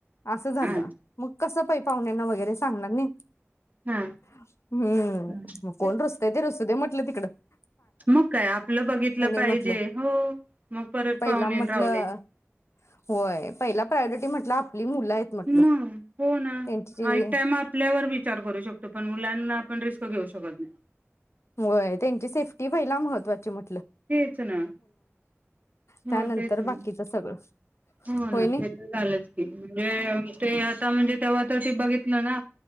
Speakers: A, on the left; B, on the right.
A: असं झालं
B: हा
A: मग कस पइ पाहुण्याना वगैरे सांगणार नाही
B: हा
A: हम्म
B: हम्
A: मग कोण रुसतय ते रुसूदे म्हट <unintelligible>
B: मग काय आपलं बघितलं पाहिजे
A: म्हटलं.
B: हो मग परत
A: पहिला
B: पाव्हणे
A: म्हटलं
B: अण रावणे.
A: होय. पहिला प्रायोरिटी म्हटलं आपली मुलं आहेत म्हटलं
B: म हो ना
A: त्यांची
B: आइक टाईम आपल्यावर विचार करू शकतो पण मुलांना आपण रिस्क घेऊ शकत नाही.
A: व्हयं त्यांची सेफ्टी पहिला महत्त्वाची म्ह
B: तेच ना हो
A: त्यानंतर
B: तेच ना
A: बाकीच सगळं
B: हो ना
A: होय नाही
B: ते तर झालंच की वेळ ते ता म्हणजे तेवा तर ते बघितल ना